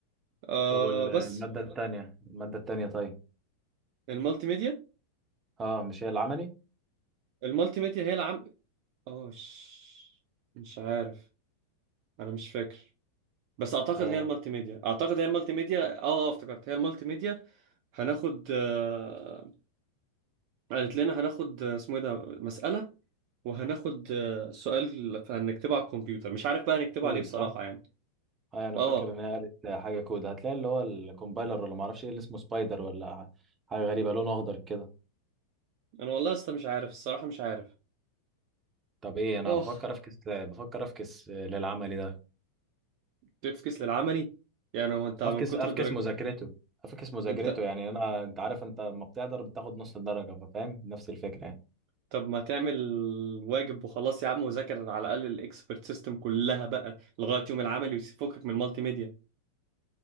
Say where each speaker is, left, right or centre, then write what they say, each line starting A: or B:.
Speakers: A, on the right (about 45°); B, on the right (about 25°).
A: آه
B: طب وال-
A: بس
B: المادة التانية المادة التانية طيب
A: المالتي ميديا
B: اه مش هي العملي
A: المالتي ميديا هي العم اه ش- مش عارف انا مش فاكر بس اعتقد
B: هي
A: هي المالتي ميديا اعتقد هي المالتي ميديا اه آه، افتكرت هي المالتي ميديا هناخد آه، قالت لنا هناخد آه، اسمه ايه ده مسألة وهناخد آه، سؤال هنكتبه على الكمبيوتر مش عارف بقى هنكتبه
B: كود
A: على ايه بصراحة
B: صح
A: يعني
B: هاي انا
A: اه
B: فاكر ان هي قالت حاجه كود هتلاقي اللي هو الكومبايلر ولا ما اعرفش ايه اللي اسمه سبايدر ولا حاجه غريبه لونه اخضر كده
A: انا والله لسه مش عارف الصراحة مش عارف
B: طب ايه انا
A: اه
B: بفكر افكس بفكر افكس للعملي ده
A: تفكس للعملي يعني هو انت من
B: افكس
A: كتر
B: افكس
A: درجة
B: مذاكرته افكس مذاكرته
A: انت
B: يعني انا انت عارف انت لما بتقدر بتاخد نص الدرجه فاهم نفس الفكره يعني
A: طب ما تعمل واجب وخلاص يا عم وذاكر على الاقل الاكسبرت سيستم كلها بقى لغاية يوم العملي وفكك من المالتي ميديا